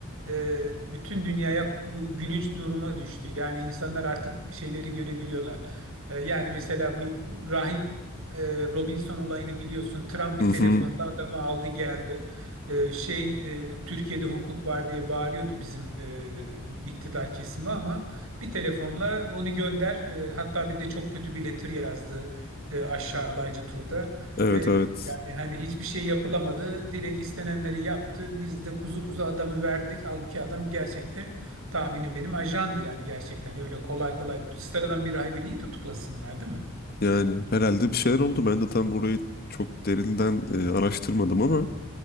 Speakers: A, on the right; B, on the left.
A: e, bütün dünyaya gülünç duruma düştü. Yani insanlar artık şeyleri görebiliyorlar. E, yani mesela bu rahip e, Robinson olayını biliyorsun. Trump bir
B: Hı
A: telefonla
B: hı.
A: adamı aldı geldi. E, şey e, Türkiye'de hukuk var diye bağırıyordu bizim e, iktidar kesimi ama bir telefonla onu gönder. E, hatta bir de çok kötü bir letter yazdı e, aşağılayıcı turda.
B: Evet
A: ve
B: evet.
A: yani hani hiçbir şey yapılamadı. Direkt istenenleri yaptı. Biz de kuzu kuzu adamı verdik. Halbuki adam gerçekte tahminim benim ajandı yani gerçekten. Öyle kolay kolay sıradan bir rahibi niye tutuklasınlar değil mi?
B: Yani herhalde bir şeyler oldu. Ben de tam orayı çok derinden e, araştırmadım ama